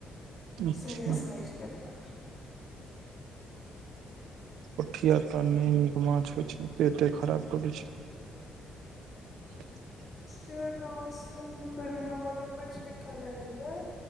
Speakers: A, on the right (about 80°); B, on the left (about 40°).
A: अच्छा
B: सेहे साइज के रलक
A: पोठिया त नहि नीक माछ होइ छै पेटे खराब कदै छै। <unintelligible>
B: से त गलिया मदन मछली खाय लगलियिया